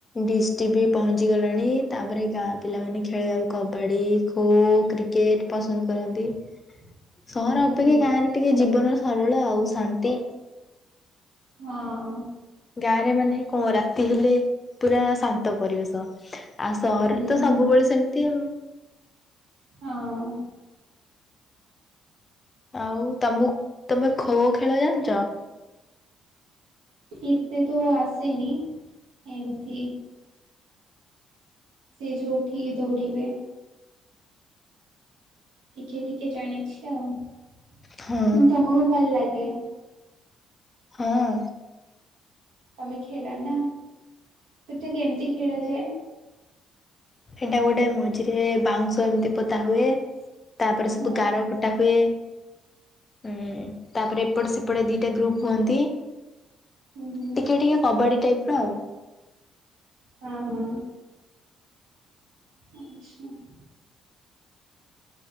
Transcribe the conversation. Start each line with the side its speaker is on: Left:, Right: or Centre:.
Left: ଡିସଟିବି ପହଞ୍ଚି ଗଲାଣି ତାପରେ ଗାଁ ପିଲାମାନେ ଖେଳିବାକୁ କବାଡି ଖୋ କ୍ରି କେଟ୍ ପସନ୍ଦ କରନ୍ତି।
Right: <inaudible>
Left: ସହର
Right: ହୁଁ
Left: ଅପେକ୍ଷା
Right: ହୁଁ।
Left: ଗାଁରେ ଟିକେ ଜୀବନ ସରଳ ଆଉ ଶାନ୍ତି।
Right: ହଁ ଅଁ।
Left: ଗାଁରେ ମାନେ କଣ ରାତି ହେଲେ ପୁରା ଶାନ୍ତ ପରିବେଶ। ଆଉ ସହରରେ
Right: ହୁଁ
Left: ତ
Right: ହୁଁ
Left: ସବୁବେଳେ ସେମିତି ଆଉ।
Right: ହଁ ଅଁ।
Left: ଆଉ ତମକୁ ତମେ ଖୋ ଖେଳ ଜାଣିଚ?
Right: ଏତେତ ଆସେନି ଏମତି। ସେ ଯୋଉଠିକି ଧୌଡିବା। ଟିକେ ଟିକେ ଜାଣିଛି ଆଉ କିନ୍ତୁ
Left: ହଁ
Right: ତମକୁ ଭଲ ଲାଗେ।
Left: ହଁ।
Right: ତମେ ଖେଡ଼ନା ତ ଏଟା କେମତି ଖେଳଯାଏ।
Left: ଏଟା ଗୋଟେ ମଝିରେ ବାଉଁଶ ଏମିତି ପୋତା ହୁଏ। ତାପରେ
Right: ହଁ
Left: ସବୁ ଗାର କଟା ହୁଏ। ହୁଁ ତାପରେ ଏପଟେ ସେପଟେ ଦିଟା ଗ୍ରୁପ୍ ହୁଅନ୍ତି।
Right: ହୁଁ ହୁଁ
Left: ଟିକେ ଟିକେ କବାଡି ଟାଇପ ର ଆଉ।
Right: ହଁ ହଁ। ଏ <inaudible>